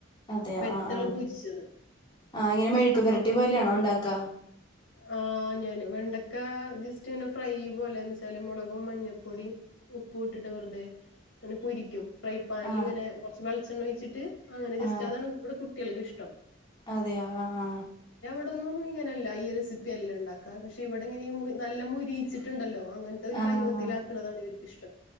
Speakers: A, on the left; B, on the left.
A: അതെ
B: ബെത്തള്
A: ആ ആ
B: പൊരിച്ചത്
A: ആ ഇങ്ങനെ മെഴുക്ക്പിരട്ടി പോലെയാണോ ഉണ്ടാക്കാ
B: ആ ഞാന് വെണ്ടക്ക ജസ്റ്റ് ഇങ്ങനെ ഫ്രൈ പോലെ എന്ന് ച്ചാല് മൊളകും മഞ്ഞപ്പൊടീം ഉപ്പൂട്ടിട്ട് വെറുതെ ങ്ങനെ പൊരിക്കും ഫ്രൈ പാനിൽ
A: ആ
B: ഇങ്ങനെ കൊറച്ച് വെളിച്ചെണ്ണ ഒഴിച്ചിട്ട് അങ്ങനെ ജസ്റ്റ്
A: ആ
B: അതാണ് ഇവിടെ കുട്ടികൾക്ക് ഇഷ്ടം
A: അതെയോ ആ ആ
B: ഇവിടൊന്നും ഇങ്ങനല്ല ഈ റെസിപ്പി അല്ലണ്ടാക്കാ പക്ഷെ ഇവിടെ ഇങ്ങനെയും മു നല്ല മുരിയിച്ചിട്ടൊണ്ടല്ലോ അങ്ങനത്തെ ഒരു
A: ആ
B: പരിവത്തിലാക്ക്ണതാണ്ര്ക്കിഷ്ടം.
A: ആ